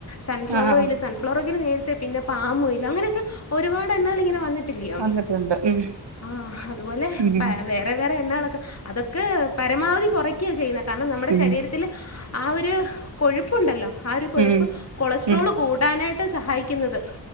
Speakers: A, on the left; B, on the right.
A: സൺഫ്ലവർ
B: ആഹ്
A: ഓയില് സൺഫ് ഫ്ലവർ നേരത്തെ പിന്നെ പാമോയിൽ അങ്ങനൊക്കെ ഒരുപാട് എണ്ണകൾ ഇങ്ങെനെ വന്നി ട്ടില്ല്യോ
B: വന്നിട്ടുണ്ട് ഉം
A: ആഹ് അതുപോലെേ
B: ഉം
A: പ വെ വെവ്വേറെ എണ്ണകളൊക്കെ അതൊക്കെ പരമാവധി കുറ ക്ക്യ ചെയ്യുന്നെ കാരണം നമ്മുടെ
B: ഉം
A: ശരീരത്തില് ആ ഒരു കൊഴുപ്പുണ്ടല്ലോ ആ ഒരു കൊഴുപ്പ്
B: ഉം
A: കൊളസ്‌ട്രോള്
B: ഉം
A: കൂടാനായിട്ട് സഹായിക്കുന്നത്